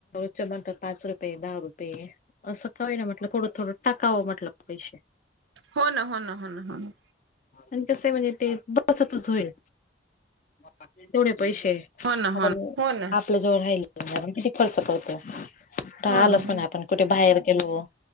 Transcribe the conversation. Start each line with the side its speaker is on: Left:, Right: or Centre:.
Left: चिल्लर म्हणता पाच रुपये, दहा रुपये असं काय ना म्हटलं थोडं थोडं टाकावं म्हटलं पैसे
Right: हो ना हो ना हो ना हो ना
Left: आणि कस आहे म्हणजे ते बसतच होईल. तेवढे पैसे
Right: हो ना हो
Left: आपण
Right: ना हो ना
Left: आपल्या जवळ राहिल. ण किती खर्च करत. राहा
Right: हो ना
Left: लच
Right: हो
Left: पणा
Right: ना
Left: आपण कुठे बाहेर गेलो